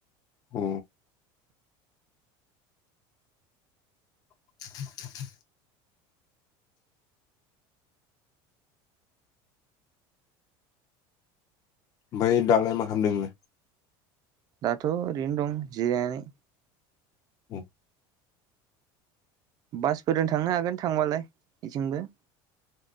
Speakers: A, on the left; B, on the right.
A: अ <unintelligible> ओमफ्राय दालाय मा खालामदों नोंलाय?
B: दाथ' ओरैनो दं जिरायनानै
A: औ
B: बासफोरजों थांनो हागोन थांबालाय बेथिंबो